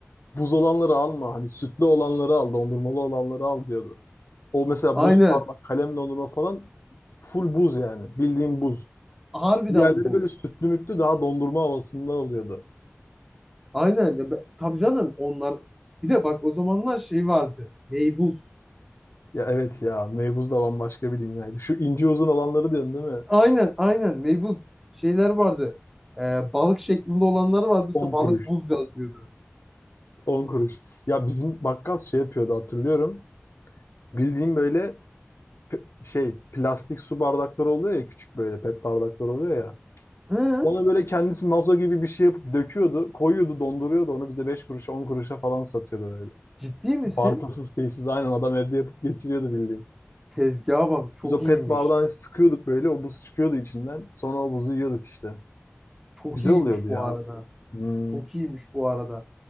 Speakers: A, on the left; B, in the centre.
A: Buz olanları alma. Hani sütlü olanları al. Dondurmalı olanları al diyordu. O mesela
B: Aynen.
A: buz parmak, kalem dondurma falan full buz yani. Bildiğim buz.
B: Harbiden
A: Diğerleri
B: buz.
A: böyle sütlü mütlü daha dondurma havasında oluyordu.
B: Aynen. Ya, be- tabii canım onlar. Bir de bak o zamanlar şey vardı. Meybuz.
A: Ya evet ya meybuz da bambaşka bir dünyaydı. Şu ince uzun olanları diyorsun değil mi?
B: Aynen aynen meybuz. Şeyler vardı. Ee, balık şeklinde olanları vardı. Mesela
A: 10
B: balık
A: kuruş.
B: buz yazıyordu.
A: on kuruş. Ya bizim bakkal şey yapıyordu hatırlıyorum. Bildiğim böyle p- şey plastik su bardakları oluyor ya küçük böyle pet bardakları oluyor ya.
B: Hı?
A: Ona böyle kendisi nazo gibi bir şey yapıp döküyordu. Koyuyordu donduruyordu onu bize 5 kuruşa 10 kuruşa falan satıyordu böyle.
B: Ciddi misin?
A: Markasız şeysiz aynen adam evde yapıp getiriyordu bildiğin.
B: Tezgaha bak çok
A: Biz o
B: iyiymiş.
A: pet bardağı sıkıyorduk böyle o buz çıkıyordu içinden. Sonra o buzu yiyorduk işte.
B: Çok
A: Güzel
B: iyiymiş
A: oluyordu
B: bu
A: ya.
B: arada.
A: Hmm.
B: Çok iyiymiş bu arada.